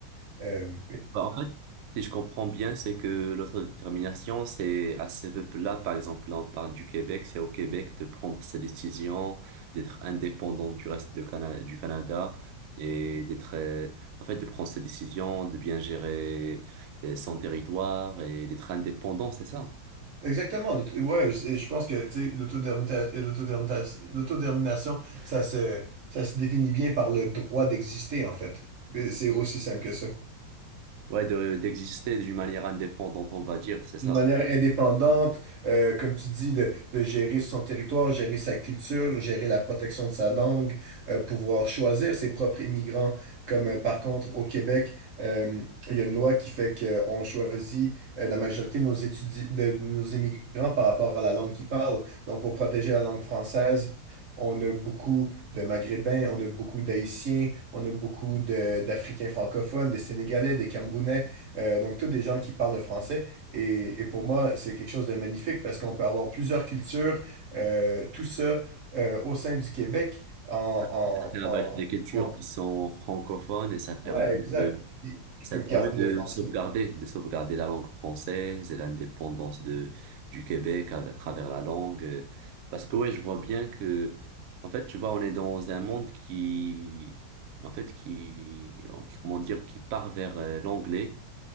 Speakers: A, on the right (about 45°); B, on the right (about 85°).
A: euh,
B: Bah, en fait, si je comprends bien, c'est que l'autodétermination, c'est à ce peuple-là, par exemple, là, on parle du Québec, c'est au Québec de prendre ses décisions, d'être indépendant du reste de Cana- du Canada et d'être, euh, en fait, de prendre ses décisions, de bien gérer euh, son territoire et d'être indépendant, c'est ça?
A: Exactement. l'aut- Ouais, je, et je pense que tu sais, l'autodermita- et l'autodétermination, ça se, ça se définit bien par le droit d'exister, en fait. Et C'est aussi simple que ça.
B: Ouais, de, d'exister d'une manière indépendante, on va dire, c'est ça.
A: d'une manière indépendante, euh, comme tu dis, de, de gérer son territoire, gérer sa culture, gérer la protection de sa langue, euh, pouvoir choisir ses propres immigrants. Comme euh, par contre au Québec, euh, il y a une loi qui fait qu'on choisit euh, la majorité de nos étudi- de, de nos immigrants par rapport à la langue qu'ils parlent. Donc pour protéger la langue française, on a beaucoup de Maghrébins, on a beaucoup d'Haïtiens, on a beaucoup de- d'Africains francophones, des Sénégalais, des Camerounais, euh, donc tous des gens qui parlent le français. Et, et pour moi, c'est quelque chose de magnifique parce qu'on peut avoir plusieurs cultures, euh, tout ça euh, au sein du Québec en,
B: Après,
A: en, en-
B: Avec des cultures
A: en-
B: qui sont francophones et ça permet
A: Ouais, exact.
B: de.
A: Ils ils
B: Ça
A: peuvent
B: permet
A: garder
B: de
A: le français.
B: sauvegarder, de sauvegarder la langue française et l'indépendance de, du Québec à, à travers la langue. euh, Parce que ouais, je vois bien que, en fait, tu vois, on est dans un monde qui, en fait, qui, qui- comment dire, qui part vers euh, l'anglais